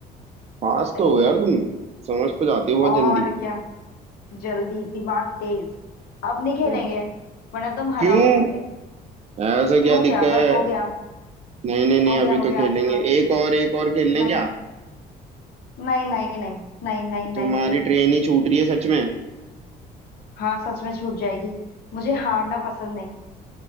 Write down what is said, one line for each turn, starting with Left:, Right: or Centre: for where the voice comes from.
Right: फास्ट
Left: सही
Right: तो हो यार
Left: है
Right: तुम समझ तो जाती हो बहुत
Left: और
Right: जल्दी
Left: क्या जल्दी दिमाग तेज अब नहीं खेलेंगे
Right: बहुत
Left: वरना तुम हराओगे
Right: क्यों
Left: मुझे
Right: ऐसा
Left: क्यों
Right: क्या दिक्कत
Left: क्या
Right: है
Left: बस हो गया
Right: नहीं नहीं नहीं
Left: हो
Right: अभी
Left: गया हो
Right: तो
Left: गया
Right: खेलेंगे
Left: आज का
Right: एक और एक और खेल लें
Left: नहीं
Right: क्या
Left: नहीं नहीं नहीं नहीं नहीं नहीं
Right: तुम्हारी
Left: नहीं
Right: ट्रेन ही छूट रही है सच में
Left: हाँ सच में छूट जाएगी मुझे हारना पसंद नहीं